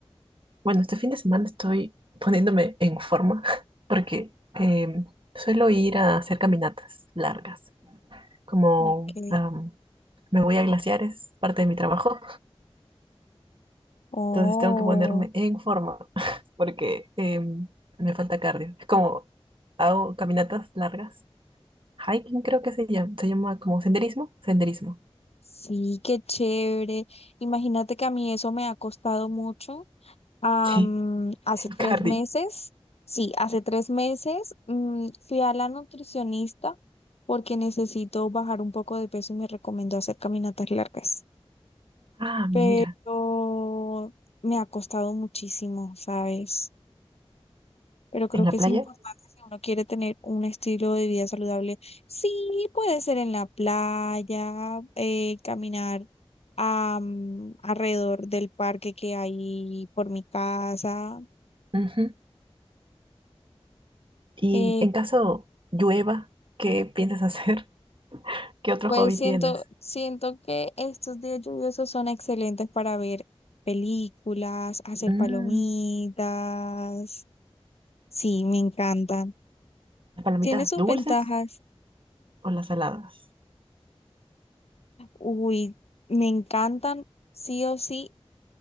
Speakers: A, on the right; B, on the left.
A: bueno, este fin de semana estoy poniéndome en forma <laughs> porque em, suelo ir a hacer caminatas largas, como
B: Ok.
A: am, me voy a glaciares, parte de mi trabajo.
B: Oh,
A: Entonces tengo que ponerme en forma <laughs> porque em, me falta cardio. Es como hago caminatas largas. Hiking creo que se llama. Se llama como senderismo. Senderismo.
B: sí, qué chévere. Imagínate que a mí eso me ha costado mucho. Am,
A: Sí,
B: hace
A: <laughs>
B: tres
A: cardio.
B: meses, sí, hace tres meses mm, fui a la nutricionista porque necesito bajar un poco de peso y me recomendó hacer caminatas largas.
A: Ah, mira.
B: pero me ha costado muchísimo, ¿sabes? Pero creo
A: En la
B: que
A: playa.
B: es importante si uno quiere tener un estilo de vida saludable. Sí, puede ser en la playa, eh, caminar a, mm, alrededor del parque que hay por mi casa.
A: Ujú. Y
B: Eh,
A: en caso llueva, ¿qué piensas hacer? <laughs> ¿Qué otro
B: pues
A: hobby
B: siento,
A: tienes?
B: siento que estos días lluviosos son excelentes para ver películas, hacer
A: Mm,
B: palomitas. Sí, me encantan.
A: ¿las palomitas
B: Tiene sus
A: dulces
B: ventajas.
A: o las saladas?
B: Uy, me encantan sí o sí